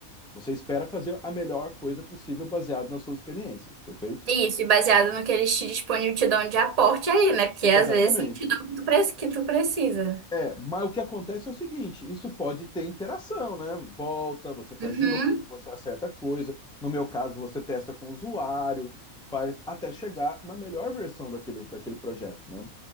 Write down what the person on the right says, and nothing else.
Isso, e baseado no que eles te disponível te dão de aporte aí, né? Porque às
vezes não te dão o que tu pre- que tu precisa.
Uhum.